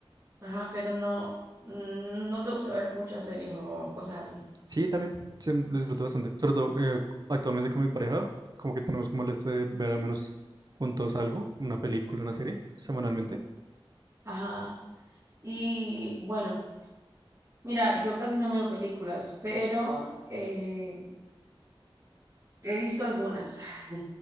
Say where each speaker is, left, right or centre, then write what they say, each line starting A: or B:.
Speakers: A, on the right; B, on the right.
A: Ajá, pero no, mm, no te gusta ver muchas series o cosas así.
B: Sí, también, sí, lo disfruto bastante. Sobre todo eh, actualmente con mi pareja, como que tenemos como el este de ver al menos juntos algo, una película, una serie, semanalmente.
A: Ajá. Y bueno, mira, yo casi no miro películas, pero eh, he visto algunas. <laughs>